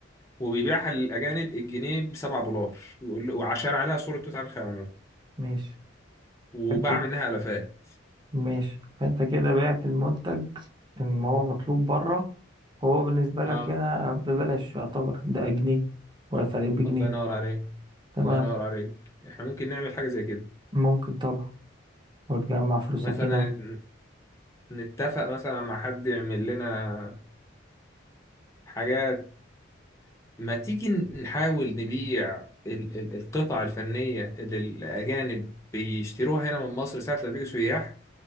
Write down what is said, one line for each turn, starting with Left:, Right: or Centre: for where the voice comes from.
Left: وبيبيعها للاجانب الجنيه ب 7 دولار ويقول له- وعشان عليها صوره توت عنخ امون
Right: ماشي
Left: وباع
Right: انت
Left: منها الافات
Right: ماشي فانت كده بعت المنتج ان هو مطلوب بره هو بالنسبة لك
Left: اه
Right: هنا ببلاش يعتبر ده جنيه وفرق بجنيه
Left: الله ينور عليك
Right: تمام
Left: الله ينور عليك احنا ممكن نعمل حاجه زي كده
Right: وممكن طبعا وتجمع فلوسك
Left: مثلا
Right: هناك
Left: نتفق مثلا مع حد يعمل لنا حاجات ما تيجي نحاول نبيع ال- ال- القطع الفنية اللي الأجانب بيشتروها هنا من مصر ساعة لما بيجوا سياح